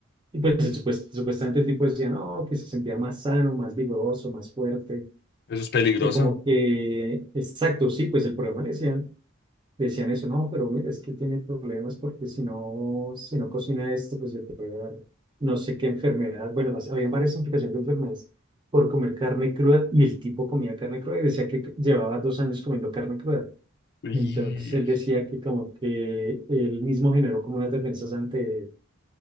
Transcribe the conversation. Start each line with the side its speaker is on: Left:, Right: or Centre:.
Right: y pues supuest- supuestamente el tipo decía, no, que se sentía más sano, más vigoroso, más fuerte.
Left: Eso es peligroso.
Right: Y como que, exacto, sí, pues el problema le decía decían eso, no, pero mira, es que tiene problemas porque si no, si no cocina esto, pues le puede dar no sé qué enfermedad. Bueno, as- habían varias implicaciones de enfermedades por comer carne cruda y el tipo comía carne cruda y decía que c- llevaba dos años comiendo carne cruda.
Left: Y
Right: Entonces él decía que como que él mismo generó como unas defensas ante,